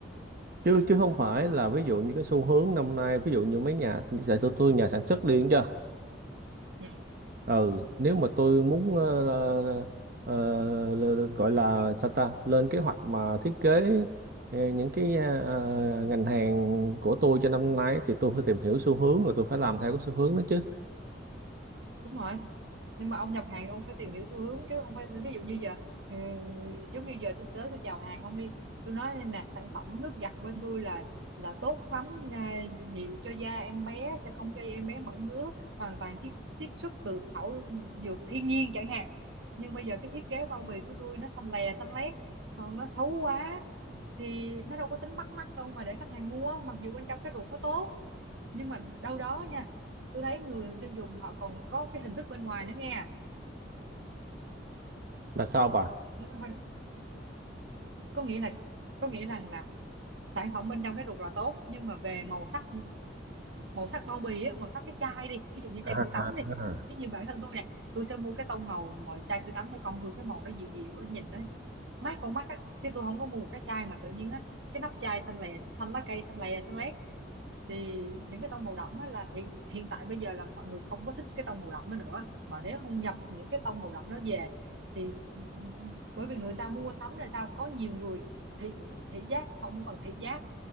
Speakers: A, on the right; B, on the right.
A: chứ chứ không phải là ví dụ như cái xu hướng năm nay ví dụ như mấy nhà sản xuất tôi nhà sản xuất đi chưa
B: ừ
A: ừ nếu mà tôi muốn ờ, ờ, ờ, gọi là sao ta lên kế hoạch mà thiết kế ờ, những cái ờ, ờ, ngành hàng của tôi cho năm nay thì tôi phải tìm hiểu xu hướng rồi tôi phải làm theo cái xu hướng đó chứ
B: đúng rồi nhưng mà ông nhập hàng ông phải tìm hiểu xu hướng chứ ông phải ví dụ như giờ ừ, giống như giờ tôi tới tôi chào hàng ông đi tôi nói là sản phẩm nước giặt bên tôi là là tốt lắm à, dịu cho da em bé sẽ không gây em bé mẩn ngứa hoàn toàn chiết chiết xuất từ thảo dược thiên nhiên chẳng hạn nhưng bây giờ cái thiết kế bao bì của tôi nó xanh lè xanh lét còn nó xấu quá thì nó đâu có tính bắt mắt đâu mà để khách hàng mua mặc dù bên trong cái ruột nó tốt nhưng mà đâu đó nha tôi thấy người tiêu dùng họ còn có cái hình thức bên ngoài nữa nghe
A: là sao bà
B: Nó không phải- có nghĩa là có nghĩa rằng là sản phẩm bên trong cái ruột là tốt nhưng mà về màu sắc màu sắc bao bì á màu sắc cái chai đi ví dụ như chai
A: à,
B: sữa
A: à,
B: tắm đi
A: à.
B: ví dụ như bản thân tôi nè tôi sẽ mua cái tông màu mà chai sữa tắm cho con tôi cái màu nó dịu dịu á nhìn nó mát con mắt á chứ tôi không có mua một cái chai mà tự nhiên á cái nắp chai xanh lè xanh lá cây xanh lè xanh lét thì những cái tông màu đậm á là hiện hiện tại bây giờ là mọi người không có thích cái tông màu đậm đó nữa mà nếu không nhập những cái tông màu đậm đó về thì ừ, ừ, bởi vì người ta mua sắm người ta có nhiều người thị thị giác họ không cần thị giác